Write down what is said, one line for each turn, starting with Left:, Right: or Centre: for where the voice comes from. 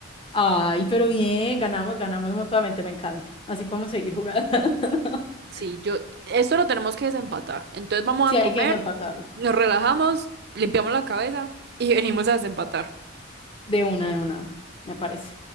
Left: Ay, pero bien, ganamos, ganamos mutuamente, me encanta. Así podemos seguir jugando. <laughs>
Right: Sí, yo, esto lo tenemos que desempatar. Entonces vamos
Left: Sí,
Right: a comer,
Left: hay que desempatarlo.
Right: nos relajamos, limpiamos la cabeza y venimos a desempatar.
Left: De una, de una, me parece.